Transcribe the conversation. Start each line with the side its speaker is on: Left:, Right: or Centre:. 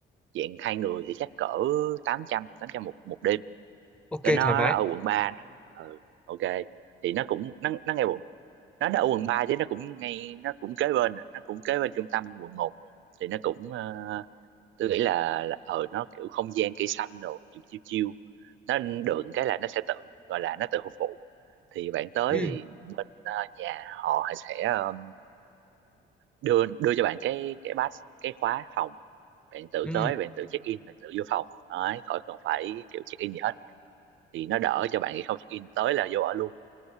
Right: dạng hai người thì chắc cỡ tám trăm tám trăm một một đêm
Centre: Ok
Right: tôi nó
Centre: thoải mái.
Right: ở quận ba ừ ok thì nó cũng nó nó ngay quận nó nó ở quận 3 chứ nó cũng ngay nó cũng kế bên à, nó cũng kế bên trung tâm quận một thì nó cũng ờ, tôi nghĩ là, là ờ nó kiểu không gian cây xanh đồ chiêu chiêu chiêu nó được cái là nó sẽ tự gọi là nó tự phục vụ thì bạn tới
Centre: Ừ,
Right: thì bên ờ, nhà họ sẽ ờ, đưa đưa cho bạn cái cái pass cái khóa phòng bạn tự
Centre: ừ.
Right: tới bạn tự check in bạn tự vô phòng đấy khỏi cần phải kiểu check in gì hết thì nó đỡ cho bạn khi không check in tới là vô ở luôn